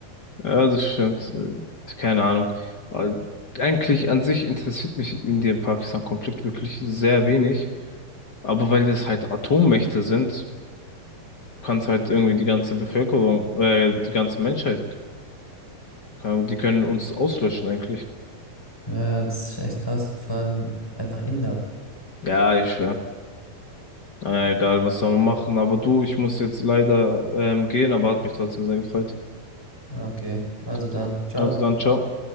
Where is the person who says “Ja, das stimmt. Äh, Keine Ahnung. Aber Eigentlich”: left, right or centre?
Left